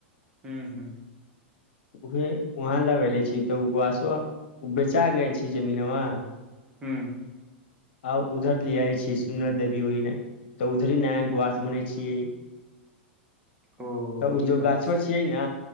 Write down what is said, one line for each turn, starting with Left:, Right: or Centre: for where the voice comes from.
Right: हू हू
Left: उहे वहाँ लगैले छी तऽसो बेचा गय छै जमीन मे
Right: हू
Left: आउ उधर लिआइ छी सुन्दर देवी ओहि तऽ ऊधर नया गास बनै छियै
Right: ओ
Left: तऽ ओ
Right: ई
Left: जो
Right: बात
Left: गाछो
Right: छै
Left: छियै न